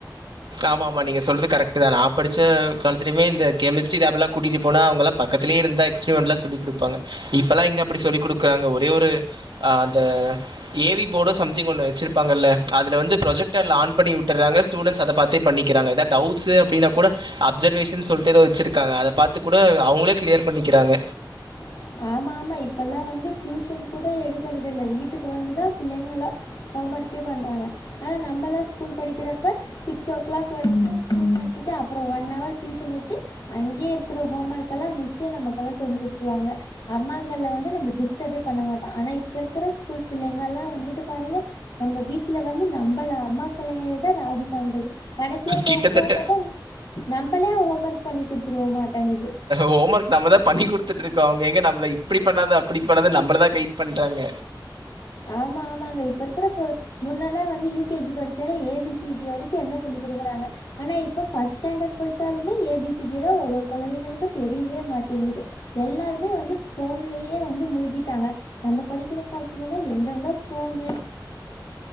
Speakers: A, on the right; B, on the left.
A: ஆமாமா நீங்க சொல்றது கரெட் டுதா நா படுச்ச காலத்துலைமே இந்த கெமிஸ்ட்ரி லேபுல்லா கூட்டிட்டு போனா அவுங்களா பக்கத்துலே இருந்தூதா எக்ஸ்ப்ரிமெண்ட்லா சொல்லி குடுப்பாங்க இப்பல்லா எங்க அப்டி சொல்லி் குடுக்குறாங்க ஒரே ஒரு ஆ‌ அந்த ஏ வி போடோ சம்திங் ஒன்னு வச்சுருப்பாங்கல்ல அதுல வந்து ப்ரொஜெக்டர்ல ஆன் பண்ணி விட்டுர்றாங்க ஸ்டூடன்ட்ஸ் அத பாத்தே பண்ணிக்கிறாங்க எதா டவுட்ஸு அப்டினா கூட அப்சர்வேஷன் சொல்ட்டு எதோ வச்சுருக்காங்க அத பாத்து கூட அவுங்களே கிளியர் பண்ணிக்கிறாங்க
B: <unintelligible> ஆமாமா இப்பல்லா வந்து டியூஷன் கூட எடுக்கறதில்ல வீட்டுக்கு வந்துதா பிள்ளைங்களா ஹோமர்க்கே பண்றாங்க ஆனா நம்பல்லா ஸ்கூல் படிக்கிறப்ப சிக்ஸ் ஓ கிளாக் வரைக்கு ஸ்கூல் நடத்திட்டு அப்றொ ஒன் அவர் டியூஷன் வச்சு அங்யே இருக்குற ஹோம் ஒர்க் எல்லா மிஸ்ஸே நமக்கல்லா சொல்லி குடுத்துருவாங்க அம்மாங்கள்ரல வந்து நம்ம டிஸ்டபே பண்ண மாட்டோ ஆனா இப்ப இருக்குற ஸ்கூல் பிள்ளைங்கள்லா வந்துட்டு பாருங்க நம்ப வீட்ல வந்து நம்பள அம்மாக்களையே தா ராவடி பண்றது கடசியா போக
A: கிட்டத்தட்ட.
B: போகப் பாத்தா நம்பளே‌ ஹோம் ஒர்க் பண்ணி குடுத்துருவோ மாட்டேங்குது
A: ஹோம் ஒர்க் நம்ம தா பண்ணிகுடுத்துட்ருக்கோ அவுங்க எங்க நம்ள இப்டி பண்ணாத அப்பிடி பண்ணாதன் நம்மள தா கைட் பண்றாங்க
B: ஆமா ஆமாங்க இப்ப இருக்குற ப முன்னெல்லா வந்து யூ கே ஜி படிச்சாலே ஏ பி சி டி வரைக்கு எல்லா சொல்லி் குடுக்குறாங்க ஆனா இப்ப ஃப்ஸ்ட்‌ ஸ்டாண்டட் போயிட்டாலுமே ஏ பி சி டி லா ஒவ்வொரு கொழந்தைங்களுக்கு தெரியவே மாட்டேங்கிது எல்லாருமே வந்து ஃபோன்லயே வந்து முழுகிட்டாங்க நம்ம படிக்கிற கால த்துலல்லா எங்கங்க ஃபோனு